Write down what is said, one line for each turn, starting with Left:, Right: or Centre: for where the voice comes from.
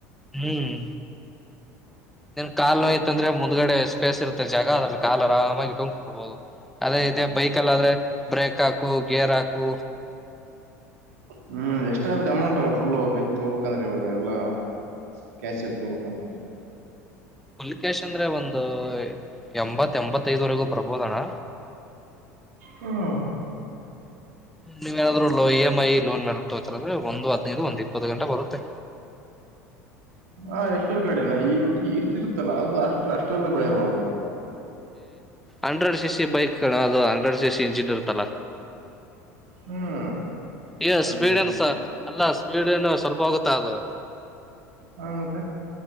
Centre: ಹ್ಮ್ ನಿನ್ ಕಾಲ್ ನೋಯ್ತಂದ್ರೆ ಮುಂದ್ಗಡೆತ ಸ್ಪೇಸ ಇರ್ತ್ತ ಜಾಗ ಅದ್ರಲ್ಲಿ ಕಾಲ ಆರಾಮ ಇಟಗೊಂಡ ಕುಂದರ್ಬಹುದು ಅದೇ ಇದೇ ಬೈಕ್ ಅಲ್ಲಿ ಆದ್ರೆ ಬ್ರೇಕ್ ಹಾಕು ಗೇರ್ ಹಾಕು
Right: ಹ್ಮ್ ಎಷ್ಟಾದ ಅಮೌಂಟ್ ಫುಲ್ ಬೈಕ್ ತಗೋಬೇಕ್ಂದ್ರೆ ಇವಾಗ ಎಲ್ಲಾ ಕ್ಯಾಚ ಎಲ್ಲಿ ತೊಬೇಕಂತಂದ್ರೆ
Centre: ಹುಲಕೇಶ್ ಅಂದ್ರೆ ಒಂದು ಎಂಬತ್ ಎಂಬತ್ತಐದ್ವರೆಗೂ ಬರ್ಬೋದಣ್ಣ
Right: ಹ್ಮ್
Centre: ನೀವ್ ಏನಾದ್ರು ಲೊ ಇ ಎಮ ಐ ಲೋನ್ ಮೇಲೆ ತೊಂತೀರಿ ಅಂದ್ರೆ ಒಂದು ಅದಿನೈದು ಒಂದ ಇಪ್ಪತ್ತು ಗಂಟೆ ಬರುತ್ತೆ
Right: ಹಾ ಎಕ್ಷಲ ಗಾಡಿನ ಈ ಇಷ್ಟಿರುತ್ತಲ್ಲ ಅದು ಅಷ್ಟ ಅಷ್ಟೆಲ್ಲ ಬೆಳೆ ಬಾಳತ್ತ
Centre: ಅಂಡ್ರೆಡ್ ಸಿ ಸಿ ಬೈಕ್ ಅದು ಹಂಡ್ರೆಡ್ ಸಿ ಸಿ ಇಂಜಿನ್ ಇರುತ್ತಲ್ಲ
Right: ಹ್ಮ್
Centre: ಈ
Right: ಹಂಡ್ರೆಡ್
Centre: ಸ್ಪೀಡ್
Right: ಜಿ
Centre: ಏನ್ ಅಲ್ಲ ಸ್ಪೀಡ್ ಏನು ಸ್ವಲ್ಪ ಹೋಗುತ್ತ ಅದು
Right: ಹಾ ಮತ್ತೆ